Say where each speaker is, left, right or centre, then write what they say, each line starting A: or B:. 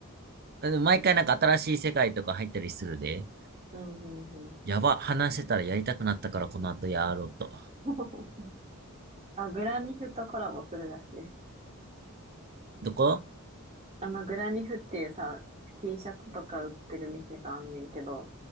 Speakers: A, on the right; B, on the right.
A: でも毎回なんか新しい世界とか入ったりするで。
B: な。うんうんうん。
A: やば、話してたらやりたくなったからこの後やろうと。
B: <laughs> あ、グラニフとコラボするらしい。
A: どこ
B: あの、グラニフっていうさ、T シャツとか売ってる店があんねんけど、